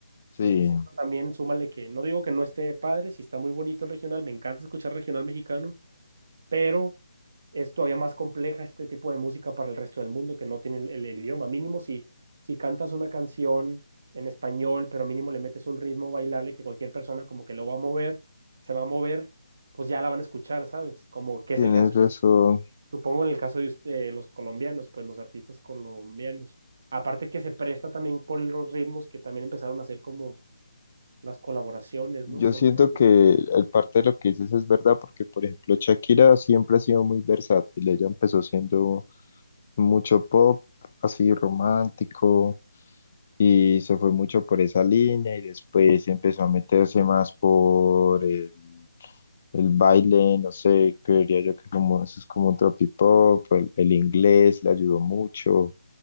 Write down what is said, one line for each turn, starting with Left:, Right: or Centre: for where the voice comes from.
Left: Sí,
Right: Entonces, eso también súmale que no digo que no esté padre, si está muy bonito el regional, me encanta escuchar regional mexicano, pero es todavía más compleja este tipo de música para el resto del mundo que no tiene el, el- el idioma. Mínimo si, si cantas una canción en español, pero mínimo le metes un ritmo bailable que cualquier persona como que lo va a mover, se va a mover, pues ya la van a escuchar, ¿sabes? Como que
Left: tienes
Right: es el caso,
Left: razón.
Right: yo supongo en el caso de usted- los colombianos, pues los artistas colombianos. Aparte que se presta también por los ritmos que también empezaron a hacer como las colaboraciones,
Left: Yo
Right: ¿no? Con
Left: siento
Right: los artistas.
Left: que el parte de lo que dices es verdad, porque por ejemplo Shakira siempre ha sido muy versátil. Ella empezó siendo mucho pop, así romántico, y se fue mucho por esa línea, y después empezó a meterse más por el El baile, no sé, creería yo que como eso es como un tropipop, el, el inglés le ayudó mucho,